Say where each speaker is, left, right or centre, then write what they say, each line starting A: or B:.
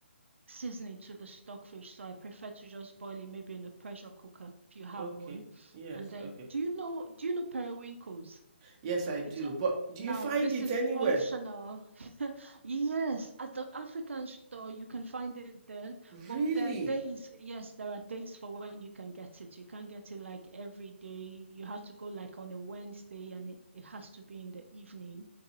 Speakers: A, on the right; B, on the right.
A: seasoning to the stockfish. So I prefer to just boil it maybe in a pressure cooker if you have
B: Okay.
A: one.
B: Yes,
A: And then
B: okay.
A: do you know do you know periwinkles?
B: Yes, I do.
A: It's o-
B: But do
A: now
B: you find
A: this
B: it
A: is
B: anywhere?
A: optional. <laughs> Yes, at the African store you can find it there, but
B: Really?
A: there are days, yes, there are days for when you can get it. You can't get it like every day. You have to go like on a Wednesday and it, it has to be in the evening,